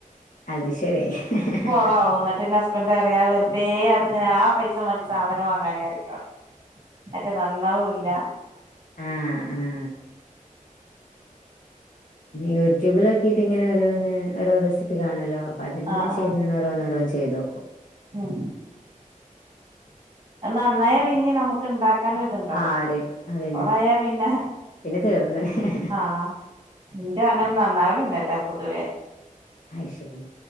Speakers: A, on the left; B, on the right.
A: അത് ശരി ഹ് ഹ് ഹ
B: ഓ എന്നിട്ട്ന്റെ ഹസ്ബൻഡ് റയാ വെറുതെ അതിങ്ങനെ ആ പൈസ മതി സാധനം വാങ്ങാനേ പറയിട്ടോ അത്റ്റ നന്നാവും ഇല്ല
A: ആഹ് ആഹ് യൂട്യൂബിലൊക്കിയിട്ട് ഇങ്ങനെ ഒര് ഓരോ റെസിപ്പി കാണല്ലോ അപ്പൊ അത്ങ്ങനെ
B: ആഹ് ആഹ്
A: ചെയ്തങ്ങന ഓരോന്നോരോന്ന് ചെയ്തോക്കും
B: ഉം അത് നന്നായ പിന്നിം നമുക്ക് ഇണ്ടാക്ക കന് ത്ണ്ടാവും
A: ആര് അതന്നെ
B: കൊളായ പിന്നെ
A: പിന്നെ തീർന്ന്
B: ആഹ ഇന്റെ അങ്ങനെ നന്നാവ്ണഞ്ഞെല്ല പൊതുവെ.
A: അഹ്ശരി